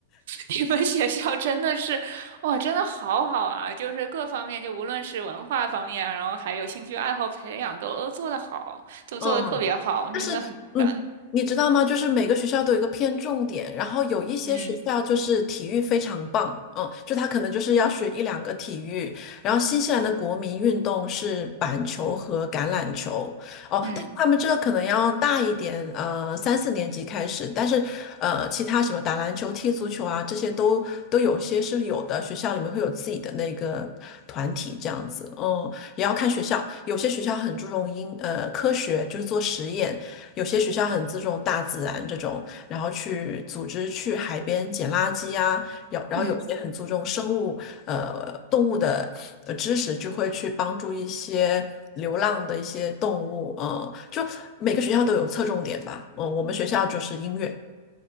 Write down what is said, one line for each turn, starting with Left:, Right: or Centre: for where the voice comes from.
Right: 你你们学校真的是，哇，真的好好啊！就是各方面，就无论是文化方面啊然后还有兴趣爱好培养，都都做得好，都做得特别好，
Left: 嗯，就是嗯，
Right: 真的很赞。
Left: 你知道吗？就是每个学校都有一个偏重点，然后有一些学校就是体育非常棒，
Right: 嗯
Left: 嗯，就他可能就是要学一两个体育，然后新西兰的国民运动是板球和橄榄球，哦，
Right: 嗯
Left: 但他们这个可能要大一点，呃，三四年级开始，但是呃，其他什么打篮球、踢足球啊，这些都都有些是有的，学校里面会有自己的那个团体这样子，嗯，也要看学校，有些学校很注重英呃科学，就是做实验，有些学校很重大自然然这种，后去去组织海边捡垃圾啊有，然后有些很注重生物呃动物的呃知识，
Right: 嗯。
Left: 就会去帮助一些流浪的一些动物，嗯，就每个学校都有侧重点吧，嗯，我们学校就是音乐